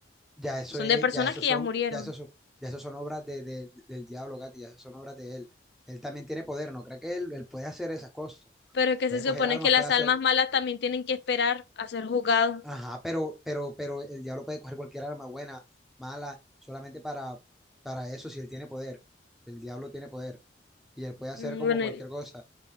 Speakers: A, in the centre; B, on the left.
A: ya eso
B: Son
A: es,
B: de personas
A: ya eso
B: que
A: son,
B: ya murieron.
A: ya eso son, ya eso son obras de, de- del diablo, Katy, ya eso son obras de él. Él también tiene poder, ¿no? Creo que él, él puede hacer esas cosas.
B: Pero es que
A: Puede
B: se supone
A: coger armas,
B: que las
A: puede hacer.
B: almas malas también tienen que esperar a ser juzgados.
A: Ajá, pero, pero, pero el diablo puede coger cualquier arma, buena, mala, solamente para, para eso, si él tiene poder. El diablo tiene poder. Y él puede hacer
B: Mm,
A: como
B: Bueno,
A: cualquier cosa.